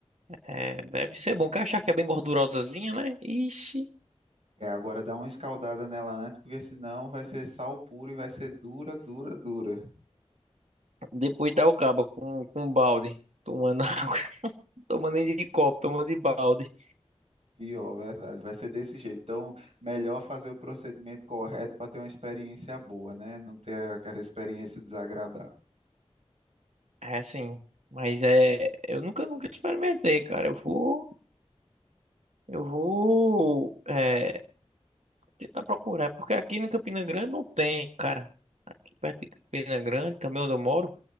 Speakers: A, on the right; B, on the right.
A: É, deve ser bom, que a charque é bem gordurosazinha, né? Ixi.
B: É, agora dá uma escaldada nela antes, porque senão vai ser sal puro e vai ser dura, dura, dura.
A: Depois dá o cabo com, com balde. Tomando <laughs> água. Tomando nem de copo, tomando de balde.
B: Pior, verdade. Vai ser desse jeito. Então, melhor fazer o procedimento correto para ter uma experiência boa, né? Não ter aquela experiência desagradável.
A: É assim. Mas é. Eu nunca, nunca experimentei, cara. Eu vou. Eu vou é, tentar procurar, porque aqui em Campina Grande não tem, cara. Aqui perto de Campina Grande, também onde eu moro,